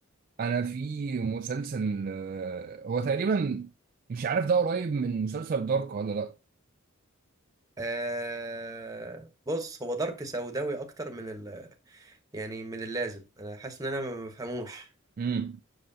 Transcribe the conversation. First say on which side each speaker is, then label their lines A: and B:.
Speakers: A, on the right (about 40°); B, on the right (about 15°).
A: انا في مسلسل آه، هو تقريبا مش عارف ده قريب من مسلسل دارك ولا لا
B: آه بص هو دارك سوداوي اكتر من ال... يعني من اللازم انا حاسس ان انا ما بفهموش
A: امم